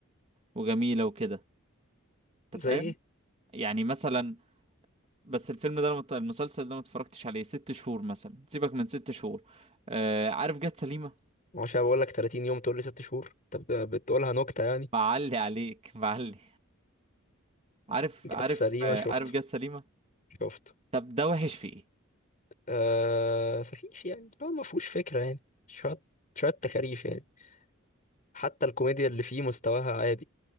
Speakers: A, on the right; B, on the left.
A: وجميلة وكده انت
B: زي
A: فاهم
B: ايه
A: يعني مثلا بس الفيلم ده أنا مت- المسلسل ده ما اتفرجتش عليه ست شهور مثلا سيبك من ست شهور آه عارف جت سليمة
B: عشان بقول لك 30 يوم تقول لي 6 شهور طب ده بتقولها نكتة يعني
A: بعلي عليك <laughs> بعلي عارف
B: جت
A: عارف
B: سليمة
A: آه،
B: شفته
A: عارف جت سليمة
B: شفته
A: طب ده وحش في ايه
B: آه سخيف يعني هو ما فيهوش فكرة يعني شوية شوية تكاريف يعني حتى الكوميديا اللي فيه مستواها عادي